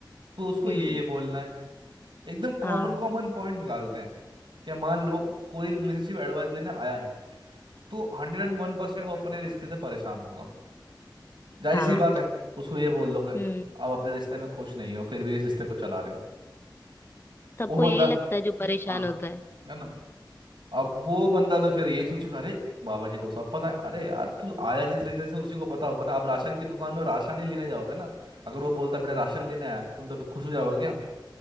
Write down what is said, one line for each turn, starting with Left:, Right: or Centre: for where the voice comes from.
Right: तो उसको
Left: हम्म
Right: ये ये बोलना है एकदम कॉमन
Left: हाँ
Right: कॉमन पॉइंट निकालते हैं क्या मान लो कोई रिलेशनशिप एडवाइस लेने आया है तो हंड्रेड एंड वन परसेंट वो अपने रिश्ते से परेशान होगा जाहिर
Left: हाँ
Right: सी बात है उसको ये बोल दोगे
Left: हम्म
Right: आप अपने रिश्ते में खुश नहीं हो फिर भी इस रिश्ते को चला रहे हो
Left: सबको
Right: वो बंदा
Left: यही लगता है जो परेशान
Right: हाँ
Left: होता है
Right: है ना अब वो
Left: हम्म
Right: बंदा तो फिर यही सोचेगा अरे बाबा जी को सब पता है अरे यार तू आया जिस रीजन से उसी को पता होगा ना आप राशन की दुकान में राशन ही लेने जाओगे ना अगर वो बोलता बेटा राशन लेने आया तुम तो फिर खुश हो जाओगे क्या